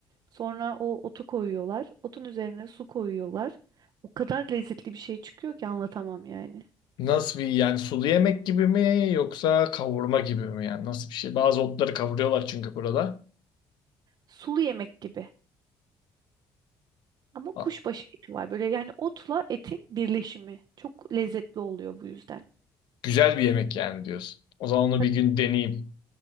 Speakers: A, on the right; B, on the left.
A: Sonra o otu koyuyorlar. Otun üzerine su koyuyorlar. O kadar lezzetli bir şey çıkıyor ki anlatamam yani.
B: Nasıl bir yani sulu yemek gibi mi yoksa kavurma gibi mi yani nasıl bir şey? Bazı otları kavuruyorlar çünkü burada.
A: Sulu yemek gibi. Ama
B: Ha,
A: kuşbaşı eti var. Böyle yani otla etin birleşimi. Çok lezzetli oluyor bu yüzden.
B: Güzel bir yemek yani diyorsun. O zaman onu
A: Tabii,
B: bir gün deneyeyim.